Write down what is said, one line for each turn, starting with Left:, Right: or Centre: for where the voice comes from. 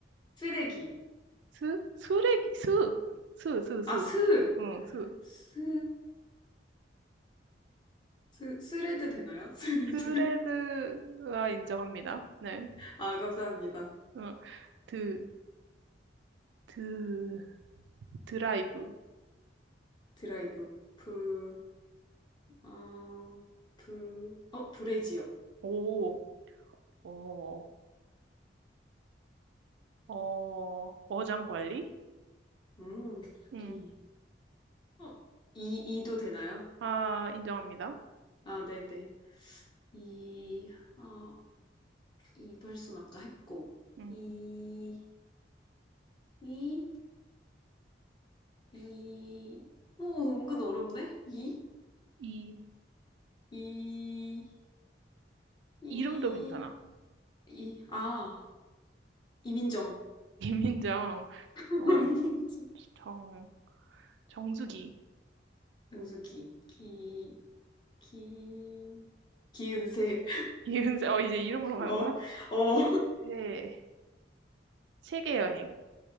Left: 쓰레기.
Right: 수? 수레기, 수! 수, 수, 수.
Left: 아, 스!
Right: 응, 수.
Left: 스, 스, 스레드 되나요? <laughs> 스레드.
Right: 스레드가 인정합니다. 네.
Left: 아, 감사합니다.
Right: 응. 드, 드, 드라이브.
Left: 드라이브, 불, 어, 불, 어, 브래지요
Right: 오, 어, 어, 어장 관리?
Left: 음,
Right: 응.
Left: 리, 어, 이, 이도 되나요?
Right: 아, 인정합니다.
Left: 아, 네네. 이, 어, 이발소는 아까 했고,
Right: 응.
Left: 이, 이, 이, 오, 은근 어렵네? 이,
Right: 이,
Left: 이, 이,
Right: 이름도 괜찮아.
Left: 이, 아, 이민정.
Right: <laughs> 이민정,
Left: <laughs>
Right: 어,
Left: 이민정.
Right: 정, 정수기.
Left: 영숙이, 기, 기, 기은세.
Right: 기은사, 어, 이제 이름으로 가는
Left: <laughs> 어,
Right: 거야?
Left: 어,
Right: 세, 세계 여행,